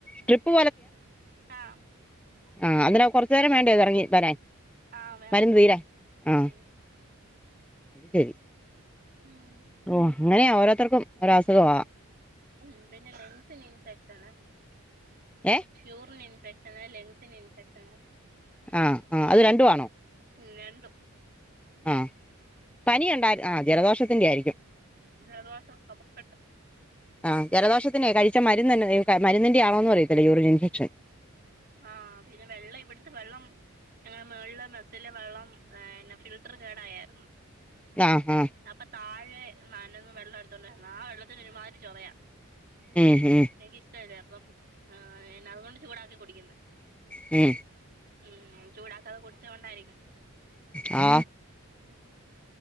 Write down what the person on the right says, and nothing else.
ആഹ്
ആഹ് വേണം
ഉം
ഉം
ഉം പിന്നെ ലങ്സിന്‌ ഇൻഫെക്ഷന്
യൂറിൻ ഇൻഫെക്ഷന് ലെങ്സിന് ഇൻഫെക്ഷന്
ഉം രണ്ടു
ജലദോശം കഫക്കട്ട്
ആ പിന്നെ വെള്ള ഇവിട്ത്തെ വെള്ളം ഞങ്ങെളെ മേൾല് മെസ്സിലെ വെള്ളം ഏ ഫിൽട്ടർ കേട ആയായിരുന്നു
അപ്പ താഴെ നനന്നും വെള്ളം എടുത്തോണ്ടായിരുന്നു ആ വെള്ളത്തിന് ഒരുമാതിരി ചൊവയാ
എനിക്ക് ഇഷ്ടല്ല അപ്പം ആ അതുകൊണ്ട് ചൂടാക്കി കുടിക്കുന്ന്
ഉം ചൂടാക്കാതെ കുടിച്ചോണ്ട ആയിരിക്കും
ഉം